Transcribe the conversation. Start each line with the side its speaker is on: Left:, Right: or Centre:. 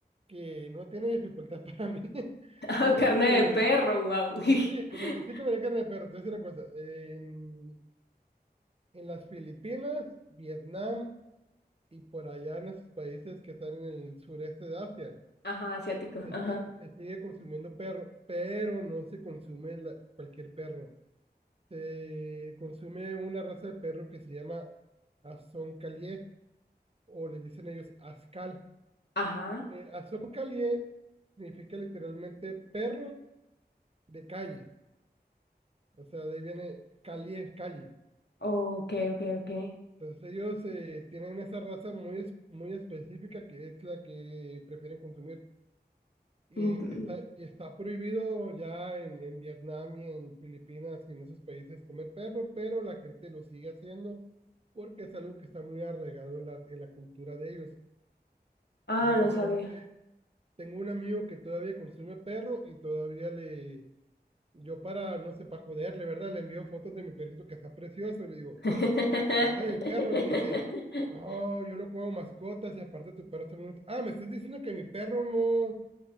Right: que no tiene dificultad <laughs> para mí.
Left: Ah,
Right: ¿Sabías
Left: carne
Right: que
Left: de perro, wow. <laughs>
Right: sí, come- sí comería carne de perro? Te voy a decir una cosa, en, en las Filipinas, Vietnam y por allá en esos países que están en el sureste de Asia.
Left: Ajá, asiático,
Right: Se,
Left: ajá.
Right: si- se sigue consumiendo perro, pero no se consume la- cualquier perro. Se consume una raza de perro que se llama Azoncalié, o le dicen ellos Ascal.
Left: Ajá.
Right: Eh, Azoncalié significa literalmente perro de calle, o sea, de ahí viene calié, calle.
Left: Ok, ok, ok.
Right: Entonces ellos eh, tienen esa raza muy, es- muy específica que es la que prefieren consumir. Y
Left: Mm,
Right: está, está prohibido ya en, en Vietnam y en Filipinas y en esos países comer perro, pero la gente lo sigue haciendo porque es algo que está muy arraigado en la, en la cultura de ellos.
Left: Ah,
Right: Yo
Left: no
Right: personalmente
Left: sabía.
Right: tengo un amigo que todavía consume perro y todavía le, yo para, no sé, para joderle, ¿verdad? Le envío fotos de mi perrito que está precioso y le digo,
Left: <laughs>
Right: güey, te comiste de mi perro y me dice, no, yo no como mascotas y aparte tu perro está muy... Ah, me estás diciendo que mi perro no